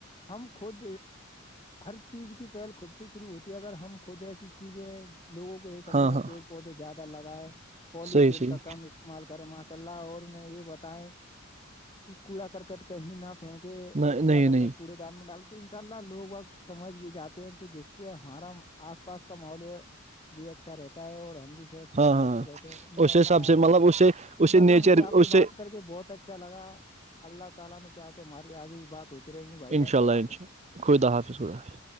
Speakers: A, on the left (about 25°); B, on the right (about 30°).
A: ہم خود ہر چیز کی پہل خود سے شروع ہوتی ہے اگر ہم خود ایسی چیزیں لووں کو یہ سمجاائے
B: ہاں ہاں
A: پیڑ پودے زیادہ لگائے پولیتین
B: صحیح صحیح
A: کا کم استعمال کریں ماشاء اللہ اور انہیں یہ بتائیں کہ کوڑا کرکٹ کہیں نہ ہیں کہ
B: نہیں
A: کوڑا کرک
B: نہیں
A: کوڑے دان میں ڈالو تو ان شاء اللہ لوگ وقت سمجھ بھی جاتے ہیں تو جس سے ہمارا آس پاس کا ماحول ہے بھی اچھا رہتا ہے اور ہم بھی سوستھ
B: ہاں
A: اور
B: ہاں
A: مست رہتے ہیں ان شاء
B: اس
A: اللہ
B: حساب سے
A: اگر
B: مطلب اس سے
A: انشاء
B: اس سے
A: اللہ
B: نیچر
A: مجھے آپ سے
B: اس
A: بات کر کے بہت اچھا لگا اللہ تعالی نے چاہا تو ہماری آگے بھی بات ہوتی رہے گی بھائی جان
B: ان شاء
A: خدا
B: اللہ
A: حافظ
B: ان شاء خدا حافظ حافظ